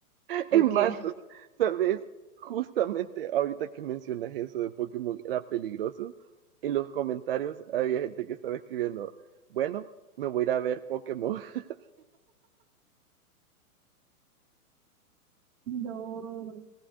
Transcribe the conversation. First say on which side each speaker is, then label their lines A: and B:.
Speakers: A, on the right; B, on the right.
A: o
B: En
A: que
B: más, o sea, ¿sabes? Justamente ahorita que mencionas eso de Pokémon era peligroso, en los comentarios había gente que estaba escribiendo, bueno, me voy a ir a ver Pokémon. <laughs>
A: No.